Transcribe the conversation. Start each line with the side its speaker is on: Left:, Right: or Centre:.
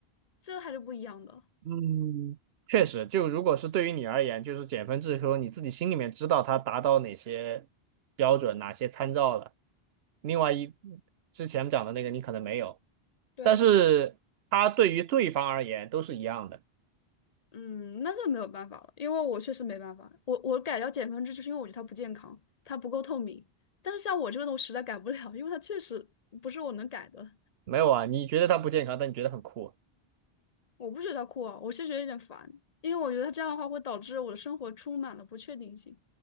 Left: 这还是不一样的。
Right: 嗯，确实，就如果是对于你而言，就是减分制说你自己心里面知道它达到哪些标准、哪些参照了。另外一之前讲的那个你可能没有，
Left: 对。
Right: 但是它对于对方而言都是一样的。
Left: 嗯，那这没有办法了，因为我确实没办法。我我改掉减分制，就是因为我觉得它不健康，它不够透明。但是像我这个，种实在改不了，因为它确实不是我能改的。
Right: 没有啊，你觉得它不健康，但你觉得很酷。
Left: 我不觉得它酷啊，我是觉得有点烦，因为我觉得这样的话会导致我的生活充满了不确定性。